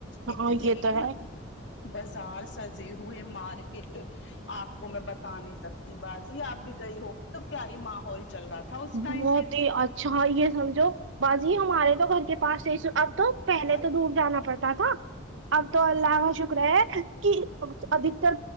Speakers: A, on the left (about 65°); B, on the right (about 75°).
A: اتنے
B: ہاں یہ تو ہے
A: مل بازار سجے ہوئے مارکیٹ آپ کو میں بتا نہیں سکتی بازی آپ بھی گئی ہو تو کیا ہی ماحول چل رہا تھا اس
B: بہت
A: ٹائم پہ
B: ہی اچھا یہ سمجھو باجی ہمارے تو گھر کے پاس اب تو پہلے
A: ہاں
B: تو دور جانا پڑتا تھا اب تو اللہ کا شکر ہے کہ ادھ تر